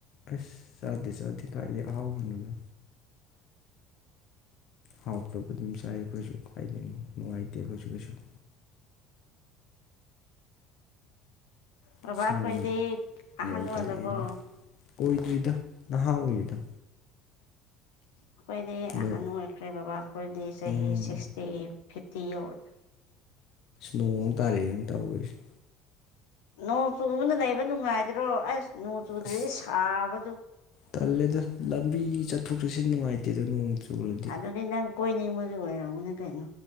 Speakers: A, on the left; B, on the left.
A: ꯑꯦꯁ ꯆꯗꯦ ꯆꯗꯦ ꯀꯥꯏꯗꯗꯒꯤ ꯑꯍꯥꯎꯕꯅꯣꯗ ꯍꯥꯎꯇꯕ ꯑꯗꯨꯝ ꯆꯥꯏ ꯑꯩꯈꯣꯏꯁꯨ ꯀꯥꯏꯗꯅꯤ ꯅꯨꯡꯉꯥꯏꯇꯦ ꯑꯩꯈꯣꯏꯁꯨ ꯀꯩꯁꯨ
B: ꯕꯕ
A: ꯑꯁ ꯅꯣꯡ
B: ꯈꯣꯏꯗꯤ ꯑꯍꯥꯟ
A: ꯅꯣꯡ
B: ꯑꯣꯏ
A: ꯇꯥꯔꯛꯑꯦꯅꯦ
B: ꯂꯕꯣ
A: ꯑꯣꯏꯗ꯭ꯔꯤꯗ ꯅꯍꯥ ꯑꯣꯏꯔꯤꯗ
B: ꯑꯩꯈꯣꯏꯗꯤ
A: ꯅꯣꯡ
B: ꯑꯍꯟ ꯑꯣꯏꯈ꯭ꯔꯦ ꯕꯕꯥ ꯑꯩꯈꯣꯏꯗꯤ ꯆꯍꯤ
A: ꯎꯝ
B: ꯁꯤꯛꯁꯇꯤ ꯐꯤꯞ ꯥꯌꯥꯎꯔꯦ
A: ꯅꯣꯡ ꯑꯃꯨꯛ ꯇꯥꯔꯛꯑꯦꯅꯦ ꯇꯧꯔꯤꯁꯤ
B: ꯅꯣꯡ ꯆꯨꯕꯅ ꯂꯩꯕ ꯅꯨꯡꯉꯥꯏꯗ꯭ꯔꯣ ꯑꯁ ꯅꯣꯡ ꯆꯨꯗ꯭ꯔꯗꯤ
A: ꯑꯁ
B: ꯁꯥꯕ
A: ꯇꯜꯂꯦꯗ ꯂꯝꯕꯤ ꯆꯠꯊꯣꯛ ꯆꯠꯁꯤꯟ ꯅꯨꯡꯉꯥꯏꯇꯦꯗ ꯅꯣꯡ ꯆꯨꯔꯗꯤ
B: ꯑꯗꯨꯗꯤ ꯅꯪ ꯀꯣꯏꯅꯤꯡꯕꯗꯨ ꯑꯣꯏꯔꯝꯀꯅꯤ ꯀꯩꯅꯣ